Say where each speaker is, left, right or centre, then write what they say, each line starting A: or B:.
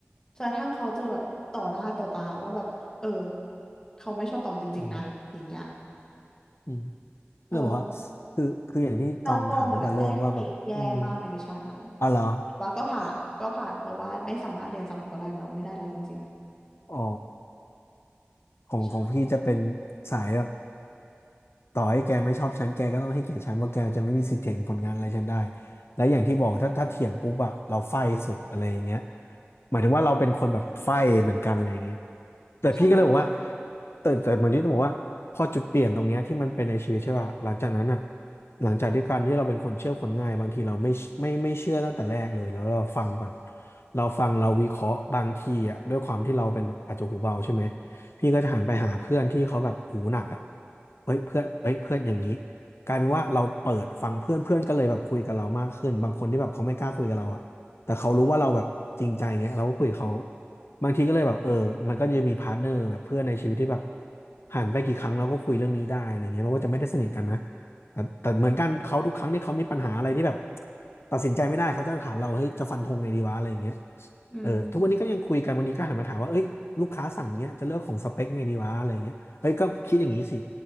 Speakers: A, on the left (about 15°); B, on the left (about 70°).
A: จนกระทั่งเขาเจอแบบต่อหน้าต่อตาว่าแบบเออเขาไม่ชอบตองจริงๆนะอย่างเงี้ย
B: อืมอืม ก็เลยบอกว่า
A: เออ
B: คือคืออย่างที่ตองถามตั้งแต่เริ่มว่าแบบอืม
A: แล้วตองอ่ะได้เกรดแย่มากในวิชานั้น
B: อ๋อเหรอ
A: แต่ว่าก็ผ่านก็ผ่านเพราะว่าไม่สามารถเรียนซ้ำกับเขาได้แล้วไม่ได้แล้วจริง
B: อ๋อ
A: ๆใช่
B: ของของพี่จะเป็นสายแบบต่อให้แกไม่ชอบฉันแกก็ต้องให้เกียรติฉันว่าแกจะไม่มีสิทธิ์เถียงผลงานอะไรฉันได้และอย่างที่บอกถ้าถ้าเถียงปุ๊บอะเราไฟสุดอะไรอย่างเงี้ยหมายถึงว่าเราเป็นคนแบบไฟเหมือนกันอะไรอย่างเงี้ยแต่พี่ก็เลยบอกว่า
A: ใช่
B: แต่แต่เหมือนที่ต้องบอกว่าพอจุดเปลี่ยนตรงเนี้ยที่มันเป็นในชีวิตใช่ป่ะหลังจากนั้นอะ หลังจากที่การที่เราเป็นคนเชื่อคนง่ายบางทีเราไม่ไม่ไม่เชื่อตั้งแต่แรกเลยแล้วเราฟังก่อนเราฟังเราวิเคราะห์บางทีอ่ะด้วยความที่เราเป็นแบบอาจจะหูเบาใช่ไหมพี่ก็จะหันไปหาเพื่อนที่เขาแบบหูหนักอ่ะเฮ้ยเพื่อนเฮ้ยเพื่อนอย่างนี้กลายเป็นว่าเราเปิดฟังเพื่อนเพื่อนก็เลยแบบคุยกับเรามากขึ้นบางคนที่แบบเขาไม่กล้าคุยกับเราอ่ะแต่เขารู้ว่าเราแบบจริงใจเงี้ยเราก็คุยกับเขาบางทีก็เลยแบบเออมันก็จะมีพาร์ทเนอร์แบบเพื่อนในชีวิตที่แบบหันไปกี่ครั้งเราก็คุยเรื่องนี้ได้อะไรเงี้ยมันก็จะไม่ได้สนิทกันนะ แต่แต่เหมือนกันเขาทุกครั้งที่เขามีปัญหาอะไรที่แบบตัดสินใจไม่ได้เขาจะถามเราเฮ้ยจะฟันธงไงดีวะอะไรอย่างเงี้ย
A: อืม
B: เออทุกวันนี้ก็ยังคุยกันวันนี้ก็หันมาถามว่าเอ้ยลูกค้าสั่งเงี้ยจะเลือกของสเปคไงดีวะอะไรอย่างเงี้ยเอ้ยก็คิดอย่างนี้สิ